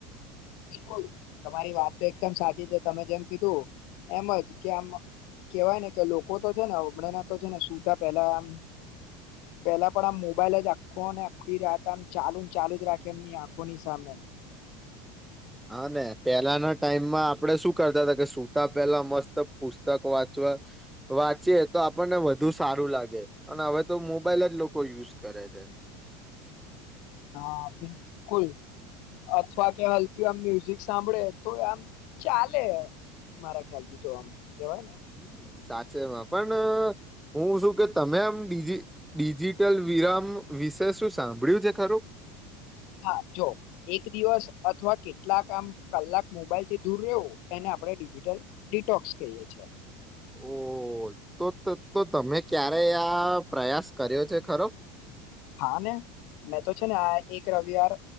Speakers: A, on the left; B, in the centre.
A: બિલકુલ તમારી વાત તો એકદમ સાચી છે તમે જેમ કીધું એમ જ કે આમ કેહેવાય ને કે લોકો તો છે ને હમણાંના તો છે ને સુતા પેલા આમ પેલા પણ આમ મોબાઈલ જ આખો ને આખી રાત આમ ચાલુ ન ચાલુ જ રાખે એમની આંખોની સામે
B: હા ને પહેલાના ટાઈમમાં આપણેે શું કરતા તા કે સુતા પેલા મસ્ત પુસ્તક વાંચવા વાંચીએ તો આપણને વધુ સારું લાગે અને હવે તો મોબાઈલ જ લોકો યુઝ કરે છે.
A: હા બિલકુલ અથવા કે હલકી આમ મ્યુઝિક સાંભળે તોય આમ ચાલે મારા ખ્યાલથી તો આમ કેવાય ને
B: હમ, સાચેમાં પણ હું શું કે તમે આમ ડીજી ડિજિટલ વિરામ વિશે શું સાંભળ્યું છે ખરું
A: હા જો એક દિવસ અથવા કેટલાક આમ કલાક મોબાઈલથી દૂર રહેવું એને આપણે ડિજિટલ ડિટોક્સ કહીએ છે.
B: ઓહ તો તો તો તમે ક્યારે આ પ્રયાસ કર્યો છે ખરો
A: હા ને મેં તો છે ને આ એક રવિવાર